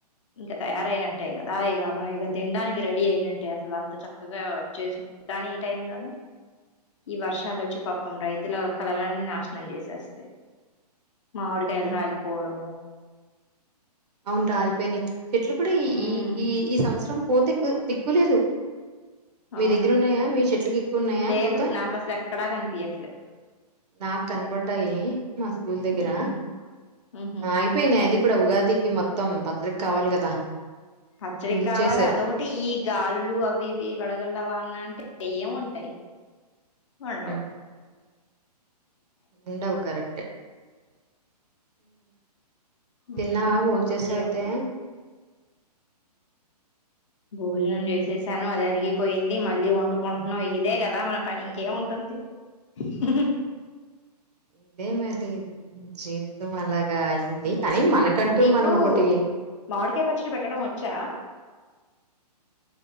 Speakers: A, on the left; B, on the right.
A: ఇంక తయారయినట్టే కదా ఇగ మనకి ఇగ తిండానికి రెడీ అయినట్టే అసల అం చక్కగా చేసిన కానీ ఈ టైంలోనే ఈ వర్షాలుచ్చి పాపం రైతుల కళలన్నీ నాషనం చేసేస్తాయి మామిడికాయలు
B: హ్మ్
A: రాలిపోడం
B: అవును రాలిపోయిని చెట్లు కూడా ఈ
A: ఉమ్
B: ఈ ఈ ఈ సంవత్సరం పూతెక్కు తెక్కులేదు మీ
A: అవును
B: దగ్గర ఉన్నాయా మీ చెట్లుకి ఎక్కువన్నాయా
A: లేదు
B: పూతా
A: నాకు అసలు ఎక్కడా కనిపియట్లే
B: నాకు కనపడ్డాయి మా స్కూల్ దగ్గర
A: ఉమ్ ఉహు
B: అయిపోయినా అది ఇక్కడ ఉగాదికి మొత్తం పచ్చడ్కికావాలి కదా
A: పచ్చడికి
B: దులిచేసారు
A: కావాలి అదొకటి ఈ గాలులు అవి ఇవి వడగల్ల వాన అంటే ఏం ఉంటాయి ఉండవు
B: హ్మ్ ఉండవు కరెక్ట్ తిన్నా
A: ఉమ్
B: బొంచేసావ
A: ఇంకేముంది
B: అయితే
A: భోజనం చేసేసాను అది అరిగిపోయింది మళ్ళీ వండుకుంటున్నాం ఇదే కదా మన పని ఇంకేముంటుంది <inaudible>
B: ఇంతే మరిది జీవితం అలా ఇ అయ్యంది
A: ఉమ్
B: కానీ మనకంటూ
A: నీకు
B: మనం ఒకటి
A: మామిడికాయ పచ్చడి పెట్టడం వచ్చా